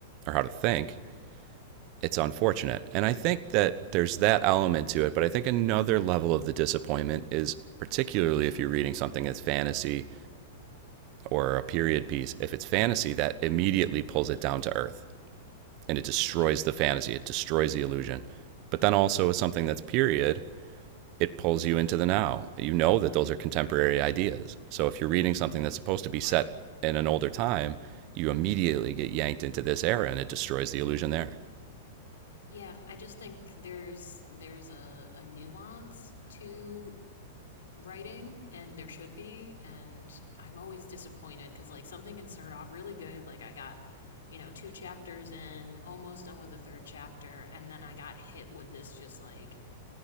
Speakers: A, on the right; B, on the left.
A: or how to think, it's unfortunate. And I think that there's that element to it, but I think another level of the disappointment is particularly if you're reading something that's fantasy or a period piece, if it's fantasy, that immediately pulls it down to earth and it destroys
B: Yeah.
A: the fantasy, it destroys the illusion. But then also as something that's period, it pulls you into the now. You know that those are contemporary ideas. So if you're reading something that's supposed to be
B: Right.
A: set in an older time, you immediately get yanked into this era and it destroys the illusion there.
B: Yeah, I just think there's there's a, a nuance to writing, and there should be. And I'm always disappointed because like something can start off really good, like I got, you know, two chapters in, almost done with the third chapter, and then I got hit with this just like